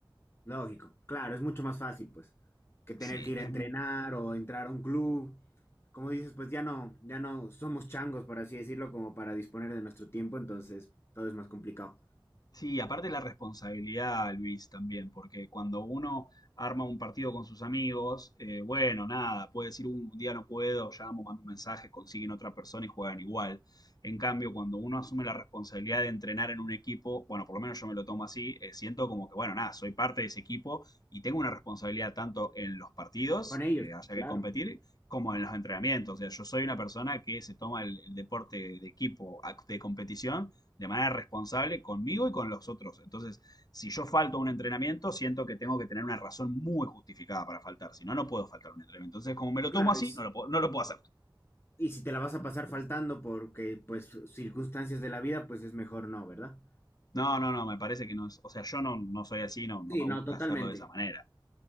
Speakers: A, on the left (about 30°); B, on the left (about 50°).
A: Lógico. Claro, es mucho más fácil, pues, que tener
B: Sí,
A: que ir
B: es,
A: a entrenar o entrar a un club. Como dices, pues ya no, ya no somos changos, por así decirlo, como para disponer de nuestro tiempo, entonces todo es más complicado.
B: Sí, aparte la responsabilidad, Luis, también, porque cuando uno arma un partido con sus amigos, eh, bueno, nada, puede decir "Uh, un día no puedo, llamo, mando un mensaje, consiguen otra persona y juegan igual. En cambio, cuando uno asume la responsabilidad de entrenar en un equipo, bueno, por lo menos yo me lo tomo así, eh, siento como que, bueno, nada, soy parte de ese equipo y tengo una responsabilidad tanto en los partidos,
A: Con ellos,
B: que haya
A: claro.
B: que competir, como en los entrenamientos. O sea, yo soy una persona que se toma el, el deporte de equipo, ac- de competición de manera responsable conmigo y con los otros. Entonces, si yo falto a un entrenamiento, siento que tengo que tener una razón muy justificada para faltar. Si no, no puedo faltar a un entrenamiento. Entonces, como me lo
A: Claro,
B: tomo así,
A: y, s-
B: no lo puedo, no lo puedo hacer.
A: y si te la vas a pasar faltando porque, pues, circunstancias de la vida, pues es mejor no, ¿verdad?
B: No, no, no, me parece que no es. O sea, yo no, no soy así, no, no
A: Sí,
B: me gusta
A: no, totalmente.
B: hacerlo de esa manera.